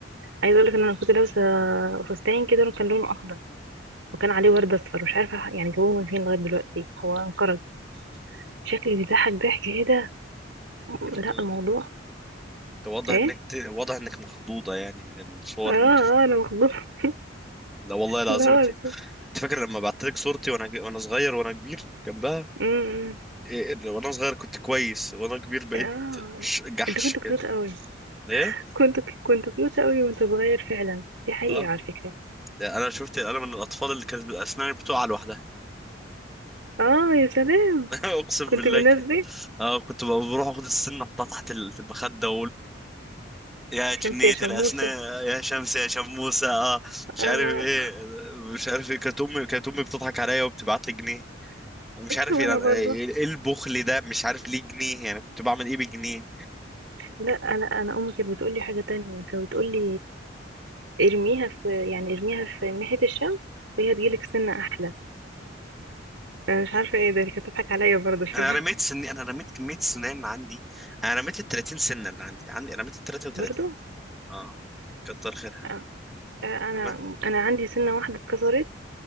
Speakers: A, on the right; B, in the centre.
A: عايزة اقول لك ان انا كنت لابسة فستان كده كان لونه اخضر وكان عليه ورد اصفر مش عارفة يعني جابوه من فين لغاية دلوقتي هو انقرض شكلي بيضحك ضحك ايه ده م-
B: انت
A: لا الموضوع
B: أنت واضح
A: ايه
B: انك ت- واضح انك مخضوضة يعني من الصور
A: اه اه
B: اللي انت
A: انا مخضوضة <laughs>
B: لا والله العظيم
A: اللي هو
B: انت
A: ازاي
B: أنت فاكر لما بعت لك صورتي وانا ج- وانا صغير وانا كبير جنبها
A: امم
B: إيه، وانا صغير كنت كويس وانا كبير بقيت
A: اه
B: ش- جحش
A: انت كنت كيوت
B: كده
A: قوي
B: ايه
A: كنت كنت كيوت قوي وانت صغير فعلا دي حقيقة
B: اه
A: على فكرة
B: ده انا شفت انا من الاطفال اللي كانت اسناني بتقع لوحدها
A: اه يا سلام
B: <laughs> اقسم
A: كنت
B: بالله
A: من الناس
B: كده
A: دي
B: اه كنت بقى بروح اخد السن احطها تحت المخدة يا
A: شمس
B: جنية
A: يا شموسة
B: الأسنان يا شمس يا شموسة اه مش
A: آه
B: عارف ايه مش عارف ايه كانت امي كانت امي بتضحك عليا وبتبعت لي جنيه ومش عارف
A: وانا
B: ايه يعني
A: برضه
B: ايه إيه البخل ده مش عارف ليه جنيه يعني كنت بعمل ايه بجنيه
A: لا لا انا امي كانت بتقول لي حاجه تانية كانت بتقول لي آه، ارميها في يعني ارميها في ناحيه الشمس وهي هتجيلك سنه احلى انا مش عارفه ايه ده هي كانت بتضحك عليا برضه شكلها
B: انا رميت سني انا رميت كمية سنان عندي انا رميت ال 30 سنة اللي عندي عندي رميت ال 33
A: <laughs> برضه
B: اه كتر خيرها
A: آه، آه، انا
B: تمام
A: انا عندي سنه واحده اتكسرت